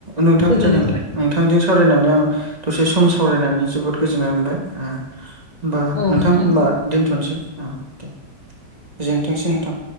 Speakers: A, on the right; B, on the left.
A: नोंथां
B: गोजोननाय
A: जागोन
B: थाबाय
A: दे नोंथां बिथांजों सावरायनानै आं दसे सम सावरायनानै जोबोद गोजोननाय मोनबाय ओ होमबा
B: औ
A: नोंथां
B: नोंथांसिम
A: होनबा दोन्थ'नोसै ओ दे गोजोनथोंसै नोंथां।